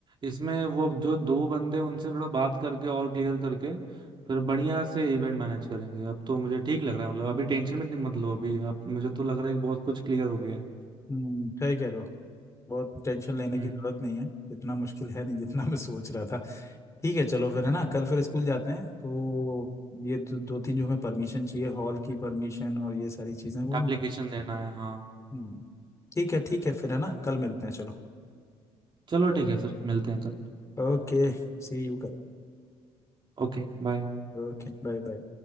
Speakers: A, on the right; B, on the left.
A: इसमें वो जो दो बंदे उनसे थोड़ा बात करके और क्लियर करके फिर बढ़िया से इवेंट मैनेज करेंगे अब तो मुझे ठीक लग रहा है मतलब अभी टेंशन में इतनी मत लो अभी अब मुझे तो लग रहा है कि बहुत कुछ क्लियर हो गया है
B: हम्म सही कह रहे हो बहुत टेंशन लेने
A: हम्म
B: की जरूरत नहीं है इतना मुश्किल है नहीं जितना <laughs> मैं सोच रहा था ठीक है चलो फिर है ना कल फिर स्कूल जाते हैं तो ये दो, दो तीन जो हमें परमिशन चाहिए हॉल की परमिशन और ये सारी चीजें वो
A: एप्लीकेशन
B: हम
A: देना है हाँ
B: हम्म, ठीक है ठीक है फिर है ना कल मिलते हैं चलो
A: चलो ठीक है फिर मिलते हैं कल
B: ओके सी यू कल
A: Okay bye
B: Okay bye bye